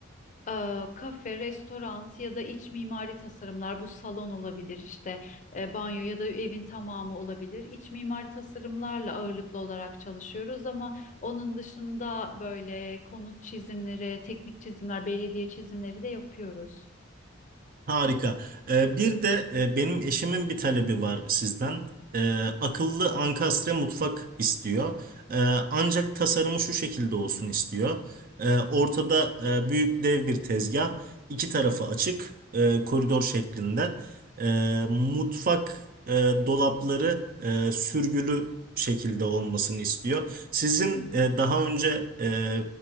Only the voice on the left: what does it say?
Ee, kafe, restoran ya da iç mimari tasarımlar bu salon olabilir işte e, banyo ya da evin tamamı olabilir. İç mimari tasarımlarla ağırlıklı olarak çalışıyoruz ama onun dışında böyle konut çizimleri, teknik çizimler, belediye çizimleri de yapıyoruz.